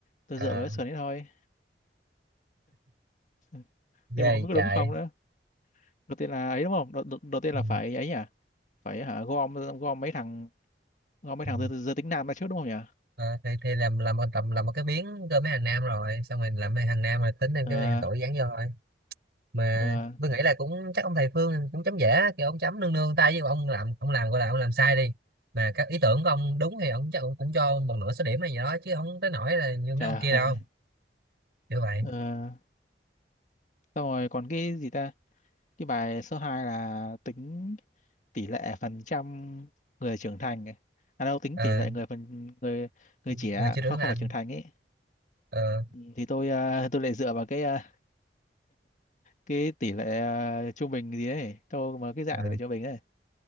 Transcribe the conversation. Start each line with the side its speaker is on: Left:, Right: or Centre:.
Left: tôi
Right: ờ
Left: dựa vào cái sườn ấy thôi Ừ,
Right: ghê
Left: nhưng mà không biết có
Right: chạy
Left: đúng không nữa đầu tiên là ấy đúng không đầu, đầu, đầu tiên
Right: ừ.
Left: là phải ấy nhỉ phải hả gom gom mấy thằng gom mấy
Right: Ừ.
Left: thằng giới, giới tính nam ra trước đúng không nhỉ
Right: Ờ, thì, thì làm làm một tầm làm một cái miếng cơm mấy hàng nam rồi xong rồi làm mấy hàng nam rồi tính thêm
Left: ờ
Right: cái hàng tuổi dán vô thôi mà
Left: ờ
Right: tôi nghĩ là cũng chắc ông thầy Phương cũng chấm dễ kiểu ông chấm nương nương tay với ông làm ông làm gọi là ông làm sai đi mà các ý tưởng của ông đúng thì ông chắc ông cũng cho một nửa số điểm hay gì đó chứ không tới nỗi là như mấy
Left: trời
Right: ông kia
Left: ơi
Right: đâu như vậy
Left: ờ xong rồi còn cái gì ta cái bài số 2 là tính tỷ lệ phần trăm người trưởng thành ấy. à đâu tính
Right: Ờ,
Left: tỷ lệ người phần người người
Right: người
Left: trẻ
Right: chưa trưởng
Left: không không
Right: thành
Left: phải trưởng thành ấy
Right: ờ,
Left: Ừ. thì tôi ờ, <laughs> tôi lại dựa vào cái ờ, cái tỷ lệ ờ, trung bình gì ấy câu mà cái dạng
Right: ờ,
Left: tỷ lệ trung bình ấy